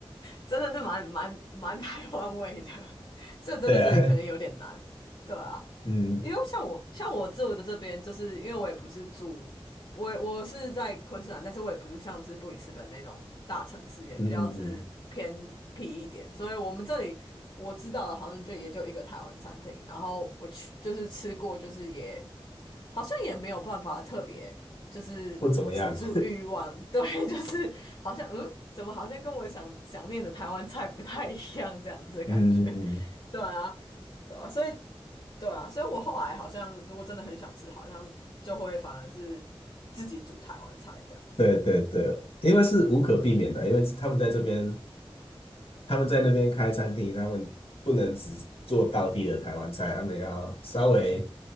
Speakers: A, on the left (about 50°); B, on the left (about 70°).
A: 真的是蛮蛮蛮台湾味的，<laughs> 这真的是可能有点难，
B: 对啊，
A: 对啊，
B: <laughs> 嗯
A: 因为像我像我住的这边，就是因为我也不是住，我我是在昆士兰，但是我也不是像是布里斯本那种大城市，也比较是偏僻一点，
B: 嗯嗯嗯，
A: 所以我们这里我知道的好像就也就一个台湾餐厅，然后我去就是吃过，就是也。好像也没有办法特别就是止住欲望，
B: 不怎么样，
A: <laughs> 对，就是好像嗯，怎么好像跟我想想念的台湾菜不太一样这样子的感觉，
B: 嗯嗯嗯，嗯
A: 对啊，对啊，所以对啊，所以我后来好像如果真的很想吃，好像就会反而是自己煮台湾菜这样子。
B: 对对对，因为是无可避免的，因为他们在这边他们在那边开餐厅，他们不能只做道地的台湾菜，他们要稍微